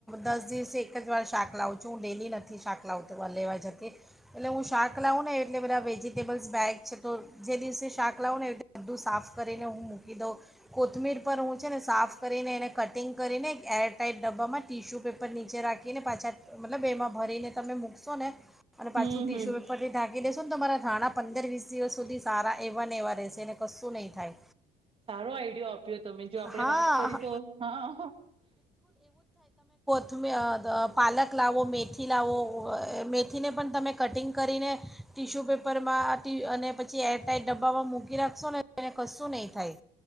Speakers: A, in the centre; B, on the right.
A: દસ દિવસે એક જ વાર શાક લાવું છું હું ડેલી નથી શાક લાવ લેવા જતી એટલે હું શાક લાવું ને એટલે બધા વેજીિટેબલ્સ બેગ છે તો જે દિવસે શાક લાવું ને એ બધું સાફ કરીને હું મૂકી દઉં. કોથમીર પર હું છે ને સાફ કરીને એને કટિંગ કરીને એર ટાઈટ ડબ્બામાં ટીશ્યુ પેપર નીચે રાખી કીને પાછા મતલબ બેમાં ભરીને તમે મૂક. સોને અને પાછું
B: હમ
A: ટિસ્યુ
B: હમ
A: પેપર થીઢાંકી દેસ શું તમારા ધાણાં પંદર વીસ દિવસ સુધી સારા એવાને એવા રહેશે અનેને કશું નહીં થાય.
B: સારો આઈડિયો આપ્યો તમે જો આપણેે
A: હા
B: વાત કરી તો હા.
A: થમી અ <unintelligible> પાલક લાવો, મેથી લાવો, મેથીને પણ તમે કટિંગ કરીને ટિશ્યુ પેપરમાં ટી અને પછી એર ટાઈટ ડબ્બામાં મૂકી રાખશો ને એને કશું નહીં થાય.